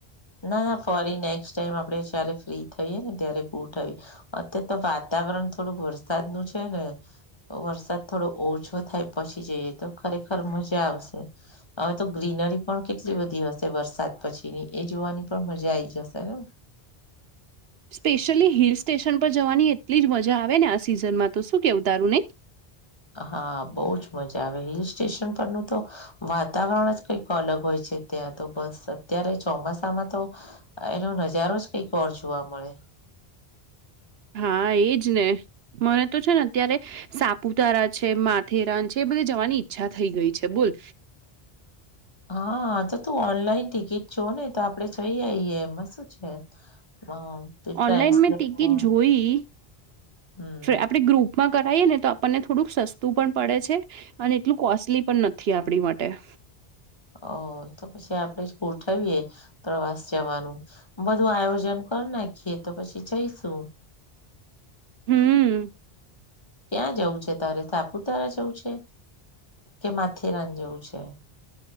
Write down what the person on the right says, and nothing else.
સ્પેશિયલી હિલ સ્ટેશન પર જવાની એટલી જ મજા આવે ને આ સિઝનમાં તો શું કેવું તારું નઇ.
હા એજ ને મને તો છે ને અત્યારે સાપ પૂતારા છે માથેરાન છે એ બધે જવાની ઈચ્છા થઈ ગઈ છે બોલ.
ઓનલાઈન મેં ટિકિટ
જોઈ
આપડે ગ્રુપ માં કરાઇ ને તો આપણને થોડુંક સસ્તું પણ પડે છે. અને એટલું કોસ્ટલી પણ નથી આપડી માટે.
હમ્મ.